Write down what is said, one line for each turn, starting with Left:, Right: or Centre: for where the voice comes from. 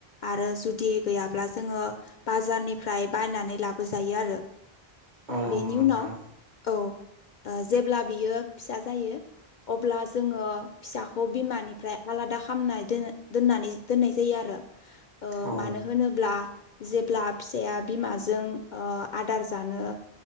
Left: आरो जुदि गैयाब्ला जोङो बारनिफ्राय बायनानै लाबो जायो आरो
Right: औ नंगौ
Left: बेनि
Right: नोंथां
Left: उनाव औ जेब्ला बियो फिसा जायो अब्ला जोङो फिसाखौ बिमानिफ्राय आलादा खालामामनानै दोन दोननानै दोननाय जायो आरो ओ
Right: औ
Left: मानो होनोब्ला जेब्ला फिसाया बिमाजों ओ आदार जानो